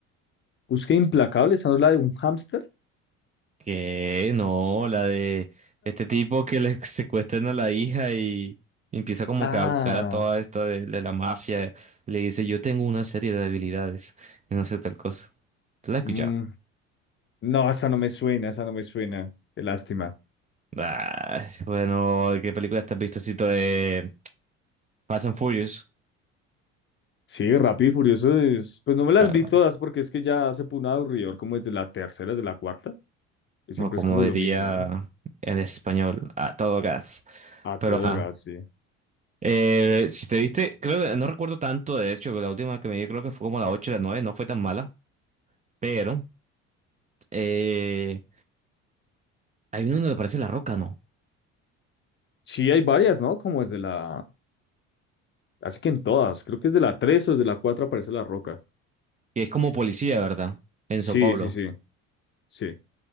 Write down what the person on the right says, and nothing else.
Que no, la de este tipo que le <laughs> secuestran a la hija y empieza como
que a buscar a toda esta de, de la mafia. Le dice, yo tengo una serie de habilidades y no sé tal cosa. ¿Tú la has escuchado?
Ah, bueno, ¿qué película te has visto? Así, de Fast and Furious.
Ah,
o como
diría
en español, a todo gas.
Pero
ajá.
Eh, si te viste, creo que no recuerdo tanto, de hecho, la última que me vi creo que fue como la 8 o la 9 no fue tan mala, pero eh, hay uno donde aparece La Roca, ¿no?
Que es como policía, ¿verdad? En
Sao Paulo.